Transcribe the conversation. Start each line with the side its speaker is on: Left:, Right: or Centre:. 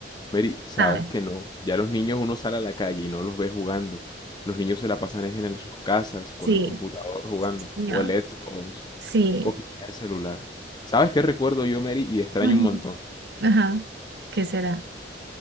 Left: Mary, sabes
Right: ¿sabes?
Left: que no. Ya los niños uno sale a la calle y no los ve jugando. Los niños se la pasan es en el- sus casas, con
Right: Sí,
Left: el computador jugando,
Right: sí, señor.
Left: o el Xbox,
Right: Sí.
Left: O quizás el celular. ¿Sabes qué recuerdo yo, Mary? Y extraño
Right: Ujú.
Left: un montón.
Right: Ajá. ¿Qué será?